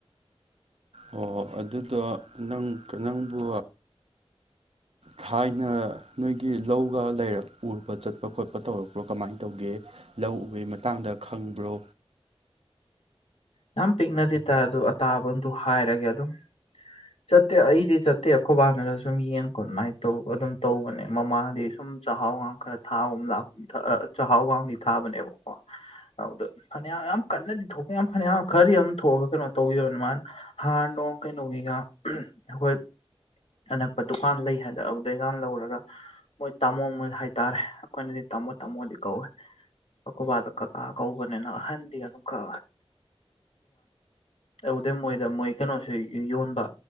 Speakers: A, on the right (about 70°); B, on the left (about 80°).
A: ꯑꯣ ꯑꯗꯨꯗꯣ ꯅꯪ ꯅꯪꯕꯨ
B: <unintelligible>
A: ꯊꯥꯏꯅ ꯅꯣꯏꯒꯤ ꯂꯧꯒ ꯂꯩꯔꯛ ꯎꯔꯨꯕ ꯆꯠꯄ ꯈꯣꯠꯄ ꯇꯧꯔꯛꯄ꯭ꯔꯣ ꯀꯃꯥꯏꯅ ꯇꯧꯒꯦ ꯂꯧ ꯎꯕꯒꯤ ꯃꯇꯥꯡꯗ ꯈꯪꯕ꯭ꯔꯣ
B: ꯌꯥꯝ ꯄꯤꯛꯅꯗꯦ ꯇꯥꯏ ꯑꯗꯨ ꯑꯇꯥꯕꯗꯨ ꯍꯥꯏꯔꯒꯦ ꯑꯗꯨꯝ ꯆꯠꯇꯦ ꯑꯩꯗꯤ ꯆꯠꯇꯦ ꯑꯩꯈꯣꯏꯕꯥꯗ ꯁꯨꯝ ꯌꯦꯟ ꯀꯣꯠꯃꯥꯏꯅ ꯇꯧꯕ ꯑꯗꯨꯝ ꯇꯧꯕꯅꯦ ꯃꯃꯥꯡꯗꯤ ꯁꯨꯝ ꯆꯥꯛꯍꯥꯎ ꯈꯔ ꯊꯥꯒꯨꯝ ꯂꯥꯛꯀꯨꯝ ꯆꯥꯛꯍꯥꯎꯋꯥꯡꯕꯤ ꯊꯥꯕꯅꯦꯕꯀꯣ ꯑꯗꯨꯗ ꯐꯅꯌꯥꯝ ꯌꯥꯝ ꯀꯟꯅꯗꯤ ꯊꯣꯛꯄ ꯌꯥꯝ ꯐꯅꯌꯥꯝ ꯈꯔꯗꯤ ꯑꯃ ꯊꯣꯛꯑꯒ ꯀꯩꯅꯣ ꯇꯧꯈꯤꯕꯔꯣ ꯑꯗꯨꯃꯥꯏꯅ ꯍꯥꯔ ꯅꯨꯡ ꯀꯩꯅꯣꯒꯤꯒ ꯑꯩꯈꯣꯏ ꯑꯅꯛꯄ ꯗꯨꯀꯥꯟ ꯂꯩ ꯍꯥꯏꯗ ꯑꯗꯨꯗꯩꯉꯥꯜ ꯂꯧꯔꯒ ꯃꯣꯏ ꯇꯥꯃꯣ ꯃꯣꯢꯅ ꯍꯥꯏꯇꯥꯔꯦ ꯑꯩꯈꯣꯏꯅꯗꯤ ꯇꯥꯃꯣ ꯇꯥꯃꯣꯗꯤ ꯀꯧꯌꯦ ꯈꯣꯢꯕꯥꯗꯣ ꯀꯀꯥ ꯀꯧꯕꯅꯤꯅ ꯑꯍꯟꯗꯤ ꯑꯗꯨ ꯈ ꯑꯗꯩ ꯃꯣꯏꯗ ꯃꯣꯏ ꯀꯩꯅꯣꯁꯨ ꯌꯣꯟꯕ